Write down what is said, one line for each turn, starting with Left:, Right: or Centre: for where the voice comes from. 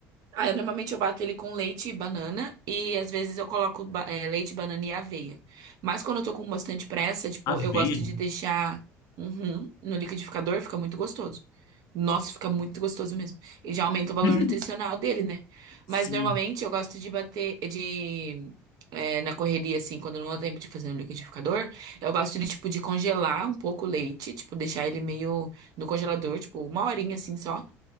Right: Ah, eu normalmente eu bato ele com leite e banana e às vezes eu coloco ba- eh, leite, banana e aveia. Mas quando eu tô com bastante pressa, tipo,
Left: Aveia?
Right: eu gosto de deixar uhum, no liquidificador, fica muito gostoso. Nossa, fica muito gostoso mesmo. E já aumenta o valor
Left: <laughs>
Right: nutricional dele, né?
Left: Sim.
Right: Mas normalmente eu gosto de bater de eh, na correria assim, quando não dá tempo de fazer no liquidificador, eu gosto de tipo de congelar um pouco o leite, tipo deixar ele meio no congelador, tipo uma horinha assim só.